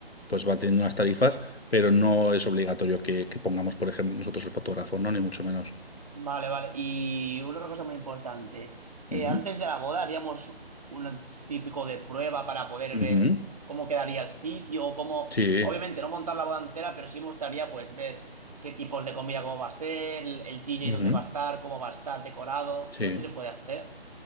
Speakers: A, on the left (about 75°); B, on the right (about 35°).
A: pues va teniendo unas tarifas pero no es obligatorio que, que pongamos, por ejemplo, nosotros el fotógrafo, ¿no? Ni mucho menos.
B: Vale, vale. Y una otra cosa muy importante. Eh,
A: Ujú,
B: antes de la boda haríamos un típico de prueba para poder
A: ujú,
B: ver cómo quedaría el sitio o cómo...
A: Sí,
B: Obviamente no montar la boda entera, pero sí me gustaría pues ver qué tipos de comida, cómo va a ser, el, el DJ
A: ujú,
B: dónde va a estar, cómo va a estar decorado.
A: sí.
B: Todo esto se puede hacer.